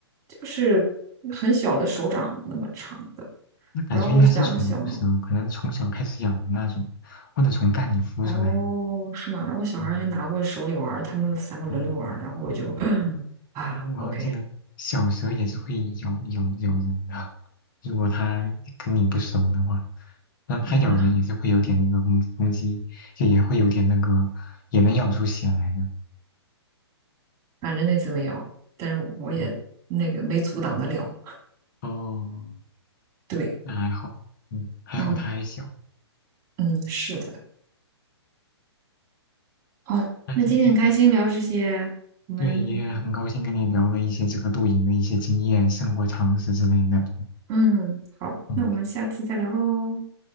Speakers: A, on the right; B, on the left.
A: 就是很小的手掌那么长的，
B: 那感觉应该是宠物蛇，
A: 然后我两个小
B: 可能从小开始养的那种，或者从蛋里孵出来的。
A: 哦，是吗？然后小孩还拿过手里玩儿他们三个轮流玩儿然后我就
B: 哦，嗯，
A: <clears throat> 啊，OK，
B: 因为我要记得小蛇也是会咬咬咬人的，如果它跟你不熟的话，那它咬人也是会有点那个攻攻击，
A: 嗯呐，
B: 就也会有点那个，也能咬出血来的。
A: 反正那次没有，但是我也那个没阻挡得了。
B: 嗯，哦，
A: 对，
B: 那还好，嗯，还好它还小。
A: 嗯嗯，是的。哦，
B: 那今天
A: 那今天很开心聊这些，我们
B: 对也很高兴跟你聊了一些这个露营的一些经验、生活常识之类的。
A: 嗯好，
B: 嗯，
A: 那我们下次再聊喽，